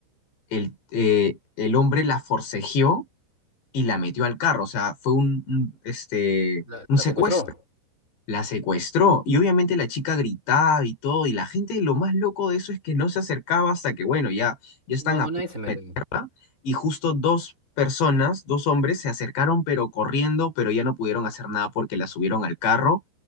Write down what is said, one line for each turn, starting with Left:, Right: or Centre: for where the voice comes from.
Left: el, eh, el hombre la forcejeó y la metió al carro. O sea, fue un, un, este,
Right: ¿La,
Left: un
Right: la
Left: secuestro.
Right: secuestró?
Left: La secuestró y obviamente la chica gritaba y todo y la gente lo más loco de eso es que no se acercaba hasta que bueno, ya, ya están
Right: No,
Left: a
Right: nadie
Left: punto
Right: se metió.
Left: de meterla y justo dos personas, dos hombres se acercaron pero corriendo pero ya no pudieron hacer nada porque la subieron al carro